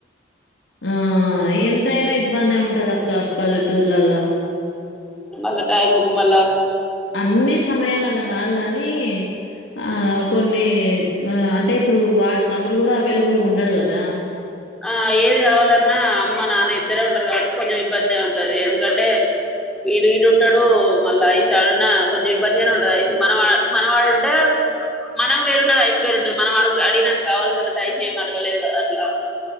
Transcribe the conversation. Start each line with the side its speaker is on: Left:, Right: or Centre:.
Left: ఆ ఎంతైనా ఇబ్బందె ఉంటది అక్క పల్లెటూర్లలో
Centre: మళ్ళ టైముకు మళ్ళ
Left: అన్ని సమయాలల్ల గాదు గనీ ఆ కొన్ని ఆ అంటే ఇప్పుడు వాడు తమ్ముడు గూడా అవెలబులుగుడుండడు గదా
Centre: ఆ ఏది గావాలన్నా అమ్మ నాన్న ఇద్దరే ఉంటరు కాబట్టి కొంచెం ఇబ్బందిగ ఉంటది ఎందుకంటే ఈడీ ఇ డుంటడు మళ్ళా ఈ షాడున్నా కొంచెం ఇబ్బందిగానే ఉంటది ఐశుక్ మనం ఆ మన మాడుంటే మనం వేరుంటది ఐశ్వేరుంటది మనం అడు అడిగినట్టు కావాలి అన్నట్టు ఐశ్ ఏమడగలేదు గదా అట్లా